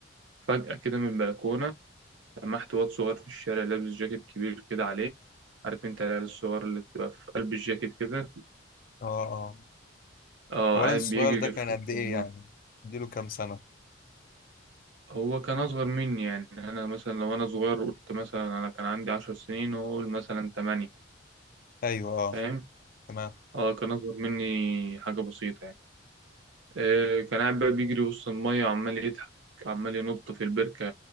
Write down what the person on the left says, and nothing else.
اه اه
الولد
الصغير
ده كان
قد ايه
يعني اديله كام سنة
ايوه اه
تمام